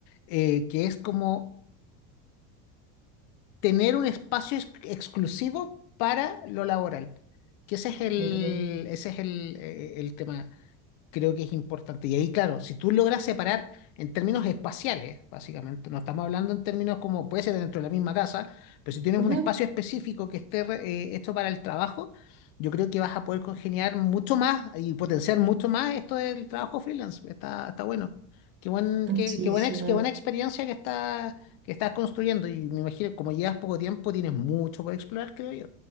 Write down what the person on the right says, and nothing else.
Mm.
Ujú.
Sí,
sí.